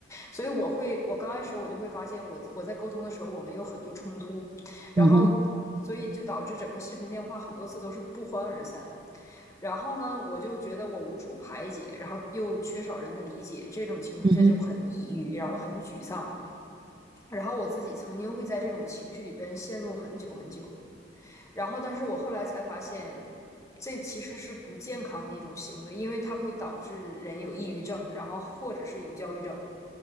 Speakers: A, on the left; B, on the right.
A: 所以我会，我刚开始我就会发现我，我在沟通的时候，我们有很多冲突，然后所以就导致整个视频电话很多次都是不欢而散。
B: 嗯哼，
A: 然后呢，我就觉得我无处排解，然后又缺少人的理解，这种情况下就很抑郁，
B: 嗯哼，
A: 然后很沮丧。然后我自己曾经会在这种情绪里边陷入很久很久。然后，但是我后来才发现。这其实是不健康的一种行为，因为它会导致人有抑郁症，然后或者是有焦虑症。